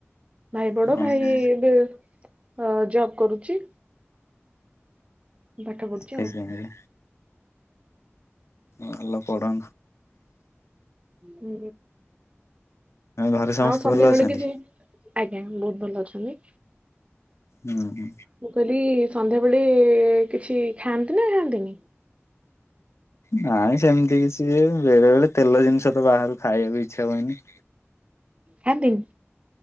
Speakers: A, on the right; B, on the left.
A: ଭାଇ
B: ଓହୋ
A: ବଡ ଭାଇ ଏବେ ଅ ଜବ କରୁଛି ପାଠ ପଢୁଛି
B: ସେଇଥିପାଇଁ
A: ଆଉ
B: ଭଲ ପଢ
A: ହଁ।
B: ଘରେ ସମସ୍ତେ
A: ଆଉ ସନ୍ଧ୍ୟା
B: ଭଲ ଅଛନ୍ତି?
A: ବେଳେ କିଛି ଆଜ୍ଞା ବହୁତ ଭଲ ଅଛନ୍ତି।
B: ହୁଁ
A: ମୁଁ କହିଲି ସନ୍ଧ୍ୟାବେଳେ କିଛି ଖାଆନ୍ତି ନା ଖାଆନ୍ତିନି।
B: ନାଇଁ ସେମିତି କିଛିଏ ବେଳେ ବେଳେ ତେଲ ଜିନିଷ ତ ବାହାରୁ ଖାଇବାକୁ ଇଚ୍ଛା ହୁଏନି।
A: ଖାନ୍ତିନି।